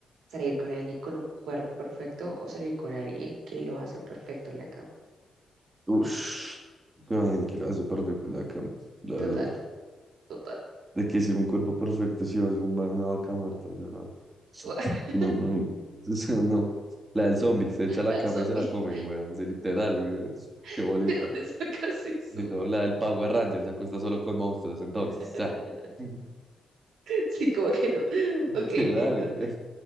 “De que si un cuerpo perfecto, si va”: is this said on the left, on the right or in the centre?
Right